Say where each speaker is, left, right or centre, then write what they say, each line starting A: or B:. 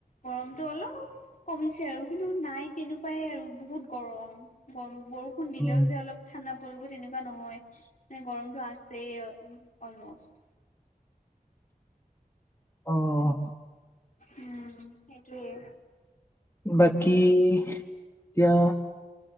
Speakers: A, on the left; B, on the left.
A: গৰমটো অলপ- কমিছে আৰু কিন্তু নাই তেনেকুৱাই আৰু বহুত গৰম। গৰম, বৰষুণ দিলেও
B: উম,
A: যে অলপ- ঠাণ্ডা পৰিব তেনেকুৱা নহয় মানে গৰমতটো আছেই অলমষ্ট।
B: অঁ।
A: উম, সেইটোৱেই।
B: বাকী এতিয়া?